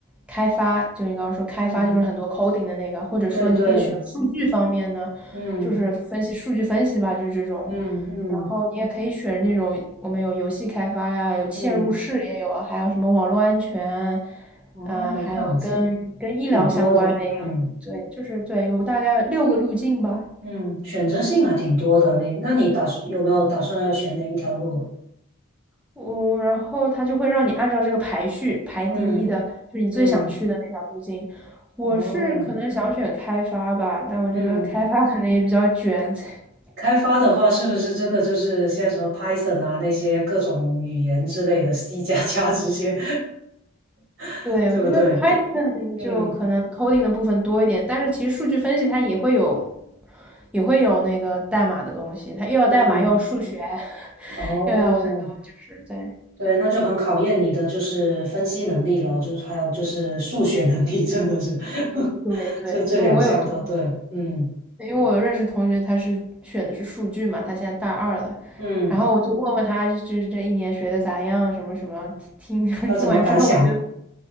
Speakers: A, in the centre; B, on the right.
A: 开发，就你刚刚说开发就是很多
B: 嗯，
A: coding 的那个，或者说你可以选数据方面呢。
B: 对对，嗯
A: 就是分析数据分析吧，就是这种。
B: 嗯嗯
A: 然后你也可以选那种我们有游戏开发呀，有嵌入式也有啊还有什么网络安全啊，
B: 嗯，哦，
A: 啊还有跟跟医疗相关的也有。
B: 这样子啊，挺多的，嗯。
A: 对，就是对，有大概六个路径吧。
B: 嗯，选择性还挺多的。你，那你打算有没有打算要选哪一条路啊？
A: 我、然后他就会让你按照这个排序排第一的，
B: 嗯
A: 就是你最想去的那条路径。
B: 嗯，
A: 我是可能想选开发吧，
B: 哦，
A: 但我觉得开发可能也比较卷，
B: 嗯，
A: <laughs>
B: 开发的话，是不是真的就是现在什么 Python 啊那些各种语言之类的，C 加加这些，<laughs>
A: 对，
B: 对不对？
A: 我觉得 Python
B: 嗯
A: 就可能 coding 的部分多一点，但是其实数据分析它也会有，也会有那个代码的东西，它又要代码，
B: 嗯，
A: 又要数学，<laughs>
B: 哦，
A: 又要很多，就是对，
B: 对，那就很考验你的就是分析能力了，就还有就是数学能力，真的是，<laughs>
A: 对对，
B: 这这两项都对。
A: 因为我有同，
B: 嗯
A: 因为我有认识同学，他是选的是数据嘛，他现在大二了，
B: 嗯，
A: 然后我就问问他，就就是这一年学的咋样，什么什么，听 <laughs>
B: 要怎么敢想？
A: 听完之后，我就